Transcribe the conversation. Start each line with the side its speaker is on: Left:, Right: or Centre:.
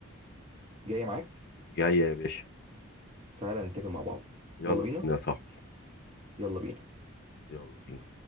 Right: جاية معاك
Left: جاي يا باشا
Right: تعالى نتفق مع بعض
Left: يلا
Right: يلا بينا
Left: بينا يا صاحبي
Right: يلا بينا
Left: يلا بينا